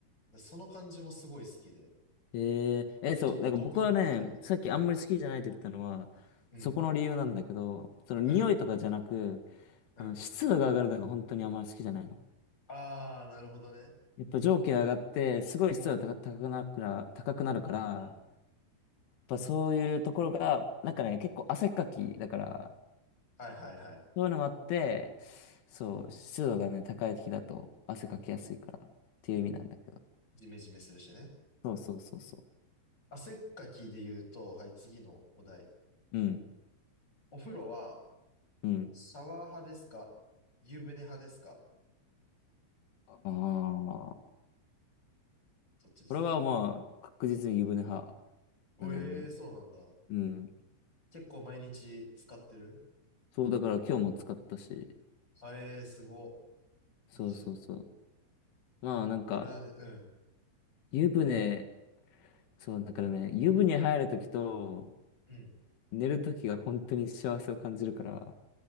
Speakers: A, on the left; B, on the left.
A: でその感じもすごい好きで、
B: えー、え、そう、
A: ちょっと独特だと思うんだけど。
B: なんか僕はね、さっきあんまり好きじゃないって言ったのは、
A: うん、うん、
B: そこの理由なんだけど、その匂いとかじゃなく、
A: うん、うん。
B: あの、湿度が上がるのが本当にあんまり好きじゃないの。
A: あー、なるほどね。
B: やっぱ蒸気が上がって、すごい湿度が高高くなるから、
A: うん、
B: 高くなるから、
A: うん、
B: やっ
A: うん。
B: ぱそういうところが、なんかね、結構汗っかきだから、
A: はいはいはい。
B: そういうのもあって、そう、湿度がね、高い時だと汗かきやすいからっていう意味なんだけど。
A: ジメジメするしね。
B: そうそうそうそ
A: 汗っかきで言うと、はい、次のお題。
B: う。うん、
A: お風呂は
B: うん。
A: シャワー派ですか湯船派ですか
B: ああ、
A: そっちですか。
B: これはまあ、確実に湯船派。
A: おええーそうなんだ。
B: だね、もう。うん。
A: 結構毎日使ってる
B: そう、だから今日も使ったし。
A: あええーすご。
B: そうそうそう。
A: いいじゃん。
B: まあなんか、
A: 俺はね、うん。
B: 湯船、そう、だからね、湯船入るときと
A: うん。
B: 寝るときが本当に幸せを感じるから、